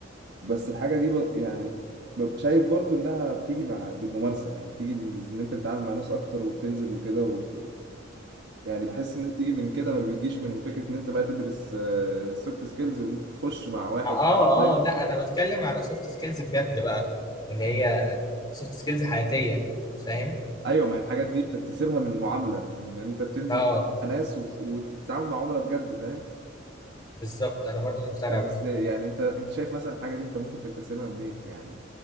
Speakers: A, on the right (about 60°); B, on the left (about 25°).
A: بس الحاجة دي ب... يعني ب- شايف برضو إنها بتيجي مع بالممارسة يعني بتيجي إن إن أنت بتتعامل مع ناس أكتر وبتنزل وكده وبت... يعني بحس إنها بتيجي من كده ما بتجيش من فكرة إن أنت بقى تدرس سوفت سكيلز وإن أنت تخش مع واحد
B: اه اه
A: أونلاين
B: آه، لا انا بتكلم على سوفت سكيلز بجد بقى اللي هي سوفت سكيلز حياتيه فاهم
A: ايوه ما هي الحاجات دي بتكتسبها من المعامله من ان انت بتنزل
B: اه
A: مع ناس وت- وتتعامل مع عملاء بجد فاهم
B: بالظبط انا برضو مقتنع
A: بس
B: بده
A: يعني انت انت شايف مثلا الحاجه دي انت ممكن تكتسبها منين يعني